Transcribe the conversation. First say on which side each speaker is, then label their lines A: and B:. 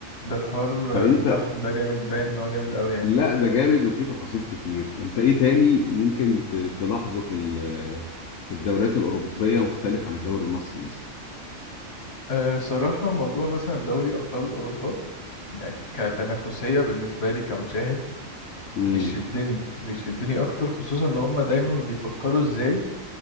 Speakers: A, on the left; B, on the left.
A: ده الحوار
B: فانت
A: بتاعهم ده جامد باين ان هو جامد قوي يعني
B: لا ده جامد وفيه تفاصيل كتير انت ايه تاني ممكن ت- تلاحظه في ال- في الدوريات الاوروبيه مختلف عن الدوري المصري مثلا
A: أه صراحة موضوع مثلا دوري ابطال اوروبا يعني كتنافسية بالنسبة لي كمشاهد
B: امم
A: بيشدني بيشدني اكتر خصوصا ان هم دايما بيفكروا ازاي